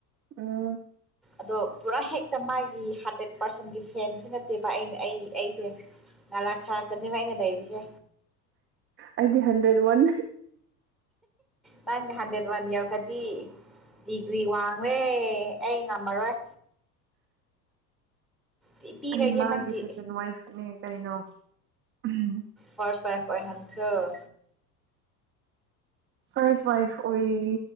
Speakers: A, on the right (about 25°); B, in the centre.
A: ꯎꯝ
B: ꯑꯗꯣ ꯄꯨꯔꯥ ꯍꯦꯛꯇ ꯃꯥꯒꯤ ꯍꯔꯗ꯭ꯔꯦꯠ ꯄꯥꯔꯁꯟꯒꯤ ꯐꯦꯟꯁꯨ ꯅꯠꯇꯦꯕ ꯑꯩꯅ ꯑꯩ ꯑꯩꯁꯦ ꯉꯂꯥꯛ ꯁꯥꯔꯛꯇꯥꯅꯦꯕ ꯑꯩꯅ ꯂꯩꯔꯤꯁꯦ
A: ꯑꯩꯗꯤ ꯍꯟꯗ꯭ꯔꯦꯠ ꯋꯥꯟ
B: ꯃꯥꯅꯦ ꯍꯟꯗꯔ꯭ꯦꯠ ꯋꯥꯟ ꯌꯥꯎ ꯈꯗꯤ ꯗꯤꯒ꯭ꯔꯤ ꯋꯥꯡꯂꯦ ꯑꯩ ꯉꯝꯃꯔꯣꯏ ꯄꯤ ꯄꯤꯔꯒꯦ
A: ꯑꯩ ꯃꯥꯒꯤ
B: ꯅꯪꯒꯤ
A: ꯁꯦꯀꯦꯟ ꯋꯥꯏꯐꯅꯦ ꯀꯩꯅꯣ ꯎꯝ
B: ꯐꯥꯔꯁ ꯋꯥꯏꯐ ꯑꯣꯏꯍꯟꯈꯔꯣ
A: ꯐꯔꯁ ꯋꯥꯏꯐ ꯑꯣꯏꯌꯦ